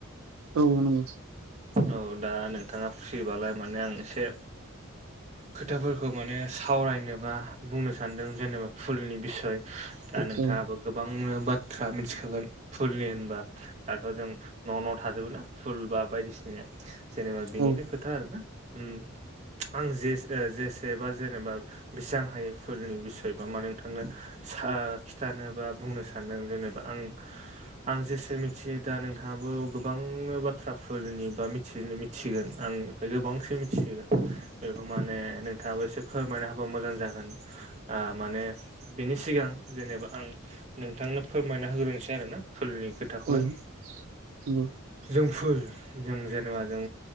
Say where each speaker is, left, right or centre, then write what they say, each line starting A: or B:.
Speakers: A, on the right (about 70°); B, on the right (about 30°).
A: औ नंगौ।
B: औ दा नोंथाङा फ्रिबालाय माने आं एसे खोथाफोरखौ माने सावरायनोबा बुंनो सानदों जेनेबा फुलनि बिसय। दा नोंथाङाबो
A: औ
B: गोबांनो बाथ्रा मिथिखागोन फुलनि होनबा। दाथ' जों न' न' थाजोबो ना फुल बा बायदिसिनाया जेनेबा बेनिनो
A: औ
B: खो था आरोना उम आं जे ओ जेसेबा जेनेबा बेसेबां हायो फुलनि बिसय बा मा नोंथांनो सा खिथानोबा बुंनो सानदों जेनेबा आं आं जेसे मिथियो दा नोंथाङाबो गोबां बाथ्राफोरनि बा मिथि <unintelligible> थिगोन आंनिफ्राय गोबांसिन मिथियो बेखौ माने नोंथाङाबो एसे फोरमायना होबा मोजां जागोन आ माने बिनि सिगां जेनेबा आं नोंथांनो फोरमायना होग्रोनोसै आरो ना फुलनि खोथाखौहाय।
A: औ नंगौ
B: जों फुल जों जेनेबा जों